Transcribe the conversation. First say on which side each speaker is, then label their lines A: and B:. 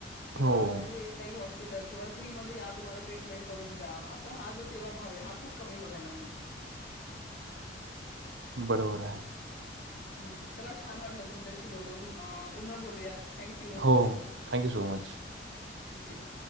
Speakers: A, on the left (about 75°); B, on the right (about 80°).
A: किंवा
B: हो.
A: आता जे काही हॉस्पिटल किंवा फ्री मध्ये या तुम्हाला ट्रीटमेंट करून जा हा जो सेवा भाव आहे हा खूप कमी बघायला मिळतो
B: बरोबर आहे
A: हम्म चला छान वाटलं तुमच्याशी बोलून अ पुन्हा बोलूयात थँक्यू
B: हो थँक्यू सो मच
A: थँक्यू